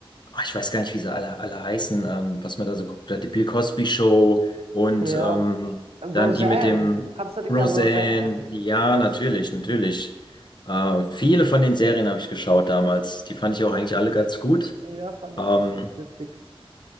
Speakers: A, on the left; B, on the right.
A: ah, ich weiß gar nicht, wie sie alle, alle heißen, ähm, was man da so geguckt hat, die Bill Cosby Show und
B: ja.
A: ähm,
B: Roseanne.
A: dann die mit dem
B: Kannst du dich
A: Roseanne.
B: ja Roseanne erinnern?
A: Ja, natürlich, natürlich. Äh, viele von den Serien habe ich geschaut damals. Die fand ich auch eigentlich alle ganz gut.
B: Ja, fand
A: Ähm,
B: ich auch ganz witzig.